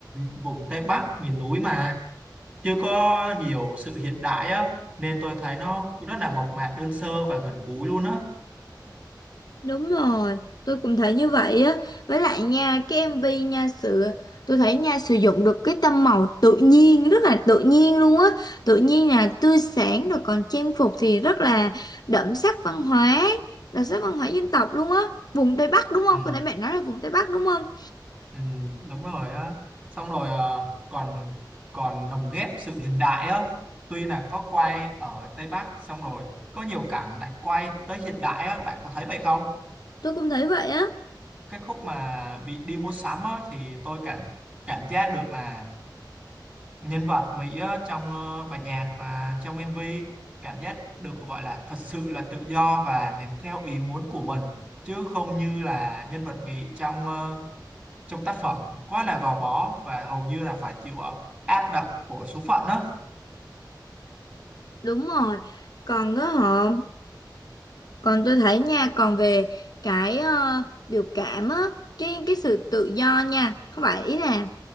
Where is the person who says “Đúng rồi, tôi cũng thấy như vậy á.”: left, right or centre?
Left